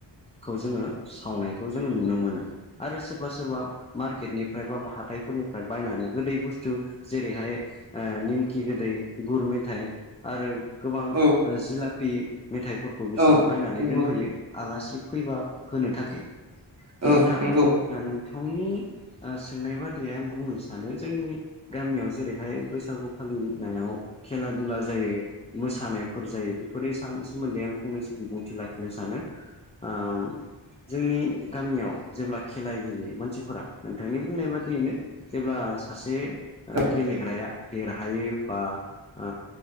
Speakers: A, on the left; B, on the right.
A: खौ जोङो सावनायखौ जोङो नुनो मोनो आरो सोरबा सोरबा मार्केटनि फ्रायबा हाथाइफोरनिफ्राय बायनानै गोदै बुस्थु जेरैहाय ओ निमखि गोदै गुर मेथाइ आरो गोबां
B: औ
A: जिलापि मेथाइफोरखौ बिसोरो
B: औ
A: बायनानै
B: नंगौ
A: दोनफैयो आलासि फैबा होनो थाखाय
B: ओ
A: दा
B: नंगौ
A: <unintelligible> ओ सोंनाय बादियै आं बुंनो सानो जोंनि गामियाव जेरैहाय बैसागु फालिनायाव खेला दुला जायो मोसानायफोर जायो बेफोरनि सोमोन्दै आं फंनैसो बिबुंथि लाखिनो सानो ओम जोंनि गामियाव जेब्ला खेला गेलेयो मानसिफोरा नोंथांनि बुंनाय बादियैनो जेब्ला सासे
B: औ
A: गेलेग्राया देरहायो बा ओ